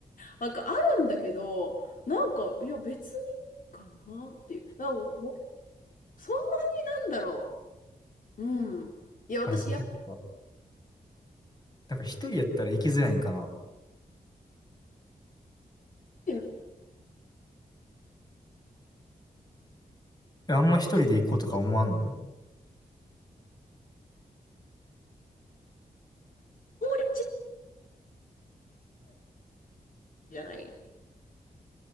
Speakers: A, on the left; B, on the left.
A: なんかあるんだけど、なんか、いや、別にかなっていう。なんかねそんなになんだろう。うん。いや、私、
B: うん、そっか。
A: やっぱ
B: なんか一人やったら行きづらいんかな。
A: り、
B: え、あんま一人で行こうとか思わんの
A: 子守ちじゃない。